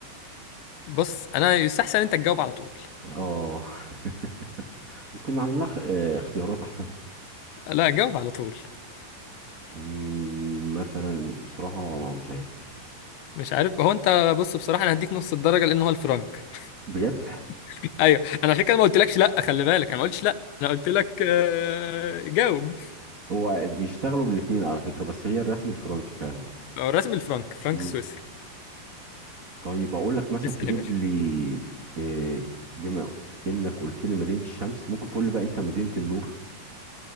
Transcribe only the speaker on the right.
اه <laughs> مش كنا عملنا خ... آه، اختيارات احسن
مم، مثلا بصراحة مش عارف
بجد
هو بيشتغلوا بالاتنين على فكرة بس هي الرسم الفرنك فعلا
مم.
طيب اقول لك مثلا
تجيب
لي آه، بما انك قلت لي مدينة الشمس ممكن تقول لي بقى انت مدينة النور